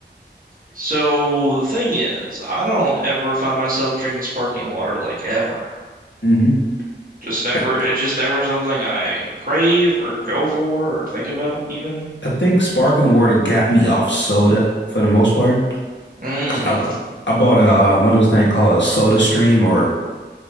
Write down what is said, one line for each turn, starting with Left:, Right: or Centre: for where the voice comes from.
Right: so the thing is, I don't ever find myself drinking sparkling water like ever.
Left: hmm
Right: Just never,
Left: I
Right: it's just never something I crave or go for or think about even.
Left: I think sparkling water got me off soda for the most part
Right: Mm.
Left: because I I bought a uh, one of those things called a Soda Stream or